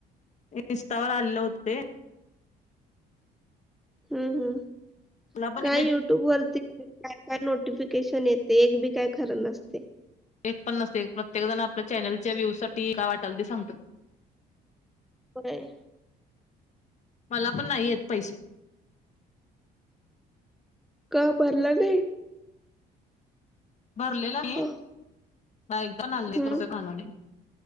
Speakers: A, on the left; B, in the centre.
A: इन्स्टावर आलेलं होते.
B: हम्म हम्
A: मला पण
B: काय
A: येत नाही
B: युट्यूब वरती. काय नोटिफिकेशन येते एक बी काय खरं नसते.
A: एक पण नसते प्रत्येक जण आपल्या चॅनेलच्या व्ह्यू साठी काय वाटल सांगतात.
B: होय.
A: मला पण नाही येत पैसे.
B: का परला नाही.
A: भरलेला
B: ह,
A: आहे एकदा नाल्ले
B: हम्म
A: कृप खालाने